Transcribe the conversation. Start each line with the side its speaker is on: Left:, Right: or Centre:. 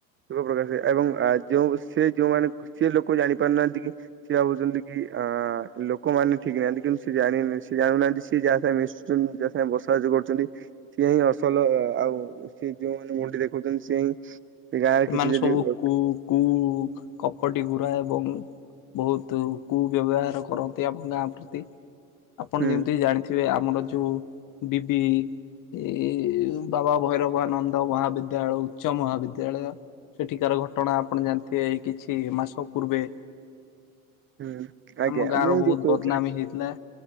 Right: ଦୁଃଖ ପ୍ରକାଶ <unintelligible> ଏବଂ ଯେଉଁ ସେ ଯୋଉଁମାନେ ସେ ଲୋକ ଜାଣି ପାରୁନାହାନ୍ତି କି ସିଏ ଭାବୁଛନ୍ତି କି ଆ ଲୋକମାନେ ଠିକ୍ ନାହାନ୍ତି କିନ୍ତୁ ସେ ଜା ସେ ଜାଣୁନାହାନ୍ତି ସିଏ ଯାହା ସାଙ୍ଗେ ମିଶୁଛନ୍ତି ଯାହା ସାଙ୍ଗେ ବସାବସି କରୁଛନ୍ତି ସିଏ ହିଁ ଅସଲ ଆଉ ସିଏ ଯୋଉମାନେ ମୁଣ୍ଡିି ଦେଖାଉଛନ୍ତି ସିଏ ହିଁ ଏ ଗାଁ ରେ
Left: ସେମାନେ
Right: କିଛି
Left: ସବୁ
Right: ଯଦି ଲୋକ
Left: କୁ କୁ କପଟି ଗୁରା ଏବଂ ବହୁତ୍ କୁ ବ୍ୟବହାର କରନ୍ତି ଆମ ଗାଁ ପ୍ରତି ଆପଣ
Right: ହୁଁ
Left: ଯେମିତି ଜାଣିଥିବେ ଆମର ଯୋଉ ବିବି ଏଇ ବାବା ଭୈରବାନନ୍ଦ ମହାବିଦ୍ୟାଳୟ ଉଚ୍ଚ ମହାବିଦ୍ୟାଳୟ ସେଠିକାର ଘଟଣା ଆପଣ ଜାଣିଥିବେ ଏଇ କିଛି ମାସ ପୂର୍ବେ
Right: ହୁଁ ଆଜ୍ଞା
Left: ଆମ ଗାଁ
Right: ମୁଁ
Left: ର ବହୁତ୍
Right: ଯୋଉ କହୁଥିଲି
Left: ବଦନାମୀ ହେଇଥିଲା।